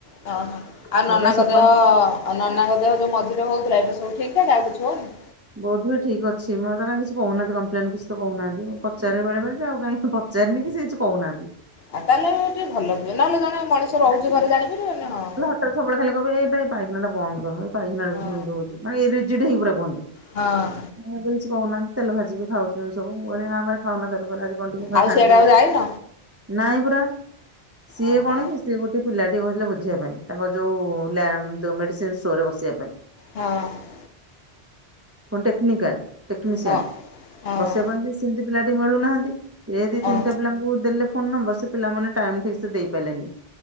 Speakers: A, on the left; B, on the right.
A: ହଁ ହଁ ଆଉ
B: ସେଥିପାଇଁ
A: ନନାଙ୍କ
B: ସକାଳୁ
A: ଦେହ ଆଉ ନନାଙ୍କ ଦେହ ଯୋଉ ମଝିରେ ହୋଉଥୁଲା ଏବେ ସବୁ ଠିକଠାକ ଆଉ କିଛି ହୋଉନି।
B: ବୋଧୁଏ ଠିକ ଅଛି ମତେ ତ କାଇଁ କିଛି କୋହୁନାହାନ୍ତି କଂପ୍ଲେନ୍ କିଛି ତ କହୁନାହାନ୍ତି ମୁଁ ପଚାରେ ବେଳେବେଳେ ଯେ ଆଉ କାଇଁ ପ ପଚାରିନି କି ସେ କିଛି କୋହୁନାହାନ୍ତି।
A: ଆଉ ତାହେଲେ ଟିକେ ଭଲ ଥିବେ ନହେଲେ ଜଣେ ମଣିଷ ରହୁଚି ଘରେ ଜାଣିପାରିବନି ହଁ।
B: ତାର ସବୁବେଳେ ଖାଲି କହିବେ ଏଇ ଏ ପାଇଖାନା ବନ୍ଦ କରମ ଏଇ ପାଇଖାନାରୁ
A: ହଁ
B: ଗନ୍ଧଉଚି ମାନେ ରିଜିଡି ହେଇ ପୁରା କୁହନ୍ତି।
A: ହଁ।
B: ନାଇଁ ଏବେ କିଛି କୋହୁନାହାନ୍ତି ତେଲ ଭାଜି ବି ଖାଉଚନ୍ତି ସବୁ ମୁଁ କହିଲି ନା ଆମେ ଖାଉନା ତେଲ ଫେଲ ଆଜି କଣ ଟିକେ କଁ
A: ଆଉ
B: ଛାଣିଥିଲା
A: ସିଆଡେ ଆଉ ଯାଇନ
B: ନାଇଁ ପରା ସିଏ
A: ଓହୋ
B: କଣ କି ସ୍ ସିଏ ଗୋଟେ ପିଲାଟିିଏ କହିଥିଲେ ବୁଝିବା ପାଇଁ ତାଙ୍କର ଯୋଉ ଲ୍ୟାମ ଦ ମେଡିସିନ ଷ୍ଟୋରରେ ବସିବା ପାଇଁ।
A: ହଁ।
B: ଟେକ୍ନିକାଲ ଟେକ୍ନିଶିଆନ୍
A: ହଁ ହଁ
B: ବସିବା ପାଇଁ ବି ସେମତି ପିଲାଟେ ମିଳୁନାହାନ୍ତି। ଇଏ ଦି ତିନିଟା
A: ଓ
B: ପିଲାଙ୍କୁ ଦେଲେ ଫୋନ୍ ନମ୍ବର ସେ ପିଲାମାନେ ଟାଇମ୍ ଠିକ୍ ସେ ଦେଇ ପାରିଲେନେହିଁ।